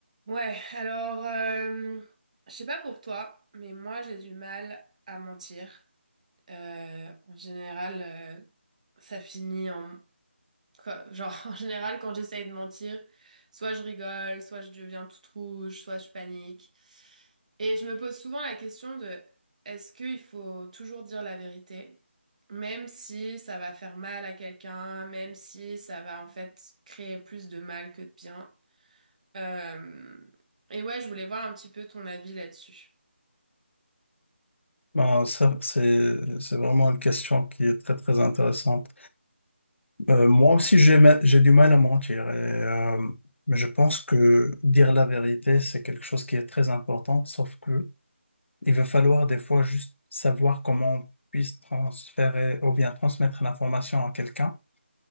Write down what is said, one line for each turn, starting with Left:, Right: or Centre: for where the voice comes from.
Right: Ouais, alors, euh, je sais pas pour toi, mais moi j'ai du mal à mentir. Euh, en général, euh, ça finit en... quoi- genre, <laughs> en général, quand j'essaye de mentir, soit je rigole, soit je deviens toute rouge, soit je panique. Et je me pose souvent la question de, est-ce qu'il faut toujours dire la vérité, même si ça va faire mal à quelqu'un, même si ça va en fait créer plus de mal que de bien? Euh, et ouais, je voulais voir un petit peu ton avis là-dessus.
Left: Ben, ça, c'est, c'est vraiment une question qui est très, très intéressante. Euh, moi aussi, j'ai, ma- j'ai du mal à mentir. Et, euh, mais je pense que dire la vérité, c'est quelque chose qui est très important, sauf que il va falloir des fois juste savoir comment on puisse transférer ou bien transmettre l'information à quelqu'un.